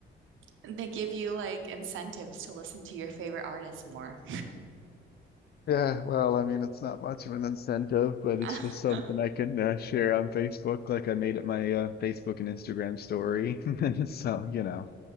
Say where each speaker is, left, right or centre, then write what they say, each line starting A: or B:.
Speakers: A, on the right (about 80°); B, on the left (about 55°).
A: They give you like incentives to listen to your favorite artists more.
B: Yeah, well, I mean, it's not much of an incentive, but it's
A: <laughs>
B: just something I can uh, share on Facebook. Like I made it my uh, Facebook and Instagram story. <laughs> So, you know,